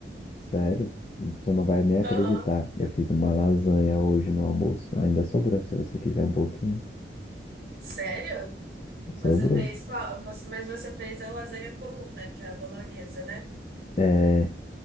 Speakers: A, on the left; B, on the right.
A: Sério? Tu não vai nem acreditar.
B: Aham.
A: Eu fiz uma lasanha hoje no almoço. Ainda sobrou, se você quiser um pouquinho.
B: Sério?
A: Sobrou.
B: Você fez qual? você- Mas você fez a lasanha comum, né? Que é a bolonhesa, né?
A: É...